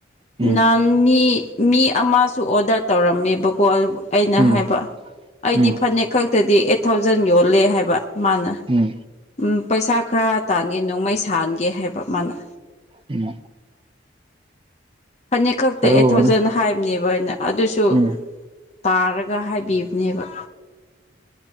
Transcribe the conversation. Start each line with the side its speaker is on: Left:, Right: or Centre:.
Right: ꯎꯝ
Left: ꯅꯥꯟ ꯃꯤ ꯃꯤ ꯑꯃꯁꯨ ꯑꯣꯗꯔ ꯇꯧꯔꯝꯃꯦꯕꯀꯣ ꯑꯩꯅ
Right: ꯎꯝ
Left: ꯍꯥꯏꯕ ꯑꯩꯗꯤ
Right: ꯎꯝ
Left: ꯐꯅꯦꯛ ꯈꯛ ꯇꯗꯤ ꯑꯩꯠ ꯊꯥꯎꯖꯟ ꯌꯣꯜꯂꯦ ꯍꯥꯏꯕ ꯃꯥꯅ
Right: ꯎꯝ
Left: ꯎꯝ ꯄꯩꯁꯥ ꯈꯔ ꯇꯥꯟꯒꯦ ꯅꯣꯡꯃꯩ ꯁꯥꯍꯟꯒꯦ ꯍꯥꯏꯕ ꯃꯥꯅ
Right: ꯎꯝ
Left: ꯐꯅꯦꯛ ꯈꯛꯇ
Right: ꯍꯔꯥꯎꯕꯅ
Left: ꯑꯩꯠ ꯊꯥꯎꯖꯟ ꯍꯥꯏꯕꯅꯦꯕꯩꯅ ꯑꯗꯨꯁꯨ
Right: ꯎꯝ
Left: ꯇꯥꯔꯒ ꯍꯥꯏꯕꯤꯕꯅꯦꯕ